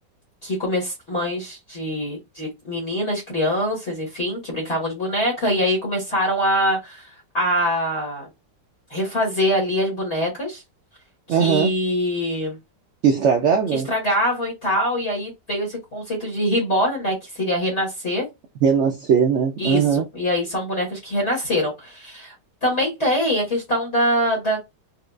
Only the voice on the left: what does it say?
que come... mães de, de meninas, crianças, enfim, que brincavam de boneca, e aí começaram a, a refazer ali as bonecas que
que estragavam e tal, e aí veio esse conceito de reborn, né, que seria renascer.
Isso.
E aí são bonecas que renasceram. Também tem a questão da da,